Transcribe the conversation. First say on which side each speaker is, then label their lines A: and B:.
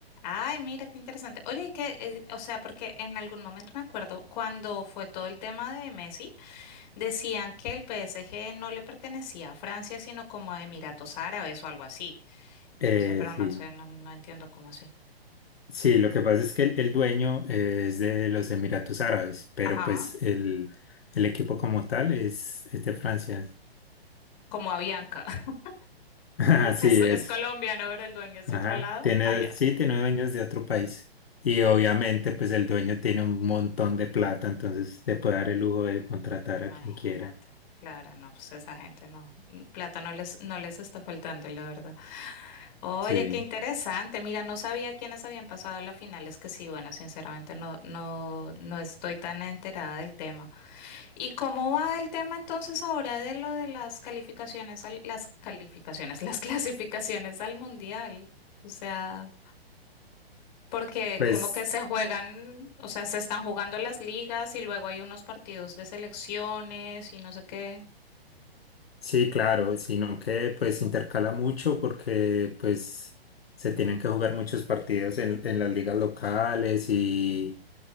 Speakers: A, on the left (about 45°); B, on the left (about 70°).
A: Ay, mira, qué interesante. Oye, y que, eh, o sea, porque en algún momento me acuerdo cuando fue todo el tema de Messi, decían que el PSG no le pertenecía a Francia, sino como a Emiratos Árabes o algo así. Y
B: Eh,
A: yo decía, pero no
B: sí.
A: sé, no, no entiendo cómo así.
B: Sí, lo que pasa es que el, el dueño eh, es de los Emiratos Árabes, pero
A: Ajá,
B: pues el, el equipo como tal es, es de Francia.
A: como a Bianca. <laughs>
B: <laughs> Sí,
A: Es, es
B: es
A: colombiano, pero el dueño es
B: Ajá,
A: de otro lado.
B: tiene,
A: Allá.
B: sí, tiene dueños de otro país. Y obviamente, pues el dueño tiene un montón de plata, entonces se puede dar el lujo de contratar
A: Imagínate.
B: a quien quiera.
A: Claro, no, pues esa gente no, plata no les, no les está faltando, la verdad. Oye,
B: Sí,
A: qué interesante. Mira, no sabía quiénes habían pasado a la final. Es que sí, bueno, sinceramente no, no, no estoy tan enterada del tema. ¿Y cómo va el tema entonces ahora de lo de las calificaciones al- las calificaciones, las <laughs> clasificaciones al mundial? O sea, porque
B: pues
A: como que se juegan, o sea, se están jugando las ligas y luego hay unos partidos de selecciones y no sé qué.
B: sí, claro, sino que pues intercala mucho porque pues se tienen que jugar muchos partidos en, en las ligas locales y,